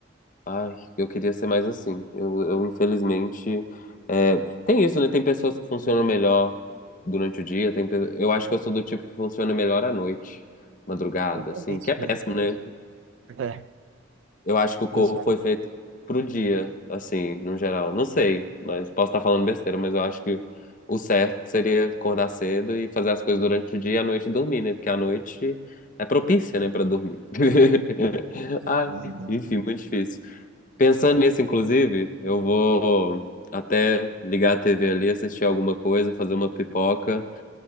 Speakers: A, on the left; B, on the right.
A: Ai, eu queria ser mais assim. Eu, eu infelizmente. é, tem isso, né? Tem pessoas que funcionam melhor durante o dia. Tem, pe- eu acho que eu sou do tipo que funciona melhor à noite, madrugada,
B: Eu também
A: assim, que
B: sou.
A: é péssimo, né?
B: É,
A: Eu acho que o corpo
B: eu sou.
A: foi feito pro dia, assim, no geral. Não sei, mas posso estar falando besteira, mas eu acho que o certo seria acordar cedo e fazer as coisas durante o dia e à noite dormir, né? Porque à noite é propícia, né, pra dormir. <laughs> Ai,
B: Não, não.
A: enfim, muito difícil. Pensando nisso, inclusive, eu vou até ligar a TV ali, assistir alguma coisa, fazer uma pipoca